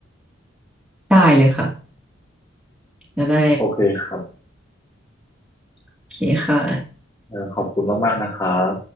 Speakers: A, in the centre; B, on the left (about 15°).
A: ได้เลยค่ะจะได้
B: โอเคครับ
A: โอเคค่ะ
B: เอ่อขอบคุณมากๆนะครับ